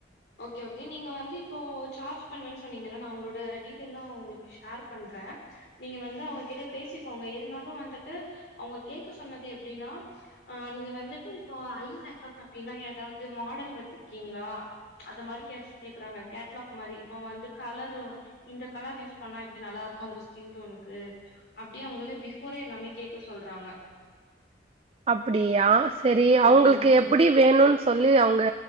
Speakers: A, on the left; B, on the right.
A: ஓகே ஒகே நீங்க வந்து இப்போ சார்ஜ் பண்ணுவன் சொன்னீங்க இல்ல நா உங்களோட டீட்டெயல்லா உங்களுக்கு ஷேர் பண்றே நீங்க வந்து அவுங்ககிட்ட பேசிக்கோங்க இருந்தாலு வந்துட்டு அவுங்க கேக்க சொன்னது எப்படின்னா அ நீங்க வந்துட்டு இப்போ ஐ மேக்கப் அப்படின்னா ஏதாவது மாடல் வச்சிருக்கீங்களா அந்ந மாரி கேக் கேக்குறாங்க கேட்லாக் மாரி இப்ப வந்து கலரு இந்த கலர் யூஸ் பண்ணா இப்படி நல்லா இருக்கு அவுங்க ஸ்கின் டோனுக்கு அப்டியே அவுங்கள பிஃபோரே எல்லாமே கேக்க சொல்றாங்க
B: அப்படியா செரி அவுங்களுக்கு
A: ம்
B: எப்படி வேணுன் சொல்லி அவேங்க